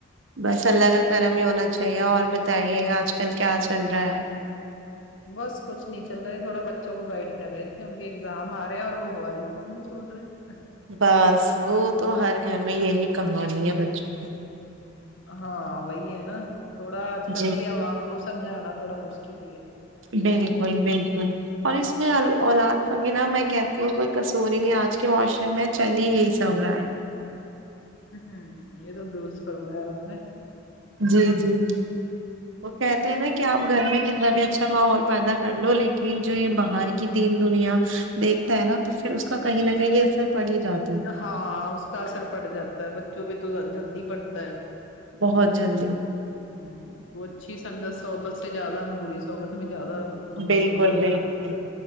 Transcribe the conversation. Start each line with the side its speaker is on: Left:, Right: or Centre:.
Right: بس اللہ کا کرم ہی ہونا چاہیے اور بتائیے آج کل کیا چل رہا ہے
Left: بس کچھ نہیں چل رہے تھوڑا بچوں کو گائڈ کر رہے تھے ان کے ایگزام آ رہے ہیں اور وہ موبائل فون نہیں چھوڑ رہے
Right: بس وہ تو ہر گھر میں یہی کہانی ہے بچوں کی
Left: ہاں وہی ہے نا تھوڑا آج کل
Right: جی
Left: کی عوام کو سمجھانا تھوڑا مشکل ہی ہے
Right: بالکل بالکل اور اس میں اولاد کا بنا میں کہتی ہوں کوئی کسوری نہیں آج کہ معاشرے میں چلی یہی سب رائے
Left: ہوں یہ تو درست فرمایا آپ نے
Right: جی جی وہ کہتے ہیں نا کہ آپ گھر میں کت نا بھی اچھا ماحول پیدا کر لو لیکن جو یہ باہر کی دین دنیا دیکھتا ہے نا تو پھر اس کا کہیں نہ کہیں اثر پڑ ہی جاتا ہے
Left: ہاں اس کا اثر پڑ جاتا ہے بچوں پہ تو جلدی پڑتا ہے
Right: بہت جلدی
Left: ہوں وہ اچھی سنگت صحبت سے زیادہ بری صحبت میں زیادہ مطلب
Right: بالکل
Left: ان کا دھیان
Right: بالکل
Left: ہوتا ہے